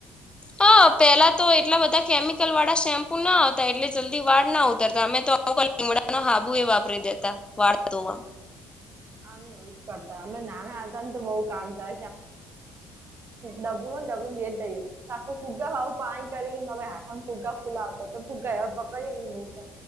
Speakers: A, on the left; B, on the right.
A: હા પેલા તો એટલા બધા કેમિકલ વાળા શેમ્પુ ના આવતા એટલે જલ્દી વાળ ના ઉતરતા અમે તો આવ લીમડા નો હાબુ એ વાપરી દેતા વાળતો ધોવા
B: હા મે એવું જ કરતા અમે નાના હતા ને તો બહુ કામ કરતા ડબલુ રેડ દઈએ આખું ફુગ્ગા હાવ પાણી કરી અમે હાથમાં ફુગ્ગા ફુલાવતા તો ફુગા હવે પકડીને એવું કર